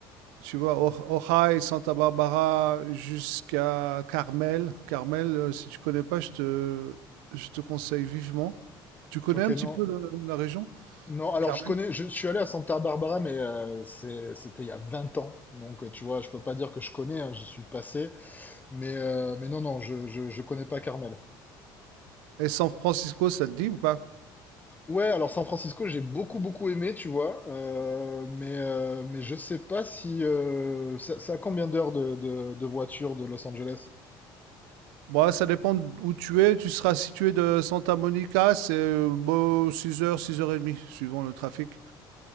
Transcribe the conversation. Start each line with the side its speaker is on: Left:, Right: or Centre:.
Right: tu vois, Ojai, Santa Barbara jusqu'à Carmel. Carmel, euh, si tu connais pas, je te, je te conseille vivement. Tu connais
Left: ok,
Right: un petit
Left: non.
Right: peu le- la région,
Left: Non, alors
Right: Carmel?
Left: je connais, je, suis allé à Santa Barbara, mais euh, c'est- c'était il y a 20 ans. Donc, euh, tu vois, je peux pas dire que je connais, hein, j'y suis passé. Mais, euh, mais non, non, je, je, je connais pas Carmel.
Right: Et San Francisco, ça te dit ou pas?
Left: Ouais, alors San Francisco, j'ai beaucoup beaucoup aimé, tu vois, euh, mais euh, mais je sais pas si euh, ça- c'est à combien d'heures de, de, de voiture de Los Angeles?
Right: Bon, ça dépend où tu es. Tu seras situé de Santa Monica, c'est euh, bon, 6 heures, 6h30, suivant le trafic.